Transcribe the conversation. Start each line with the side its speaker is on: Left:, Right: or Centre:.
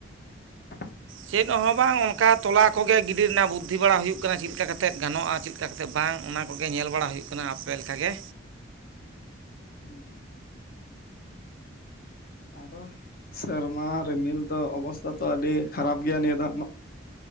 Left: <unintelligible>
Right: ᱪᱮᱫ ᱦᱚᱸ ᱵᱟᱝ ᱚᱱᱠᱟ ᱛᱚᱞᱟ ᱠᱚᱜᱮ ᱜᱤᱰᱤ ᱨᱮᱱᱟᱜ ᱵᱩᱫᱽᱫᱷᱤ ᱵᱟᱲᱟ ᱦᱩᱭᱩᱜ ᱠᱟᱱᱟ ᱪᱮᱫ ᱞᱮᱠᱟ ᱠᱟᱛᱮᱫ ᱜᱟᱱᱚᱜᱼᱟ ᱪᱮᱫ ᱪᱮᱫᱠᱟ ᱠᱟᱛᱮᱫ ᱵᱟᱝ ᱚᱱᱟ ᱠᱚᱜᱮ ᱧᱮᱞ ᱵᱟᱲᱟ ᱦᱩᱭᱩᱜ ᱠᱟᱱᱟ ᱟᱯᱮ ᱞᱮᱠᱟ ᱜᱮ
Left: ᱦᱩᱸ᱾ ᱟᱫᱚ ᱥᱮᱨᱢᱟ ᱨᱤᱢᱤᱞ ᱫᱚ ᱚᱵᱚᱥᱛᱷᱟ ᱛᱚ ᱟᱹᱰᱤ ᱠᱷᱟᱨᱟᱯ ᱜᱮᱭᱟ ᱱᱤᱭᱟᱹ ᱫᱷᱟᱣ ᱨᱮᱱᱟᱜ